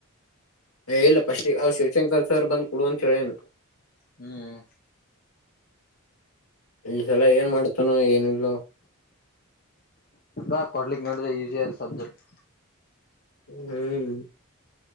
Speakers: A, on the left (about 75°); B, on the left (about 45°).
A: ಹೇಳಲ್ಲ ಪಶ ಶಿವಶಂಕರ್ ಸರ್ ಬಂದು ಕುಡುವನ್ ಹೇಳೇನು
B: ಹ್ಮ್
A: ಈಸಲ ಏನ್ ಮಾಡ್ತಾನ ಏನಲು
B: ಾ ಕೊಡ್ಲಿಕ್ಕೆ ನೋಡುದ ಈಸಿ ಆದ ಸಬ್ಜೆಕ್ಟ್
A: ಹ್ಮ್